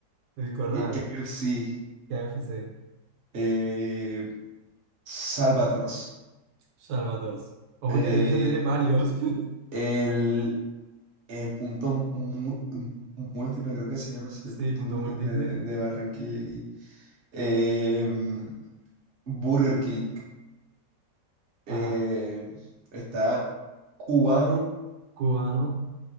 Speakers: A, on the right; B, on the right.
A: El Corral,
B: K- KFC,
A: KFC,
B: eh, Salvatoros,
A: Salvador. Ojo
B: eh,
A: que de pizza tiene varios. <laughs>
B: el, el punto mu- mu- múltiple, creo que se llama así,
A: Sí,
B: el punto
A: punto
B: múltiple
A: múltiple.
B: de, de Barranquilla aquí. em, Burger King,
A: Ajá.
B: eh, está Cubano,
A: Cubano,